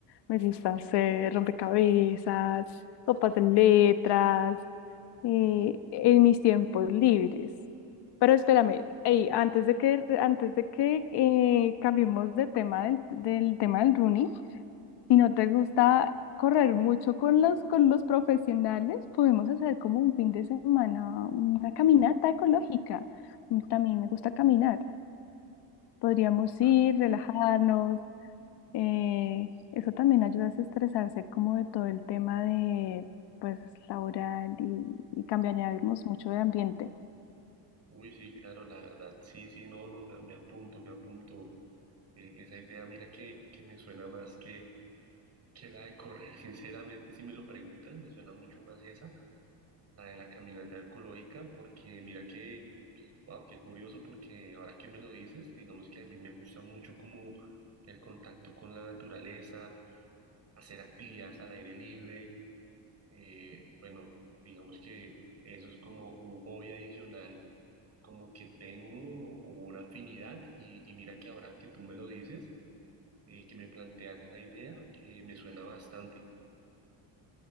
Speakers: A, on the left; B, on the right.
A: Me gusta hacer rompecabezas, copas de letras, eh, en mis tiempos libres. Pero espérame, ey, antes de que, antes de que eh, cambiemos de tema del, del tema del running, si no te gusta correr mucho con los, con los profesionales, podemos hacer como un fin de semana una caminata ecológica. Mm, También me gusta caminar. Podríamos
B: Claro.
A: ir, relajarnos. eh, eso también ayuda a estresarse como de todo el tema de, pues, laboral y, y cambiaríamos mucho de ambiente.
B: Uy, sí, claro, la verdad, sí, sí, no, no, me, me apunto, me apunto. Eh, esa idea, mira que, que me suena más que que la de correr. Sinceramente, si me lo preguntas me suena mucho más esa, la de la caminata ecológica, porque mira que, wow, qué curioso, porque ahora que me lo dices, digamos que a mí me gusta mucho como el contacto con la naturaleza, hacer actividades al aire libre, eh, bueno, digamos que eso es como un hobby adicional, como que tengo una afinidad y, y mira que ahora que tú me lo dices, eh, que me planteas esa idea, eh, me suena bastante.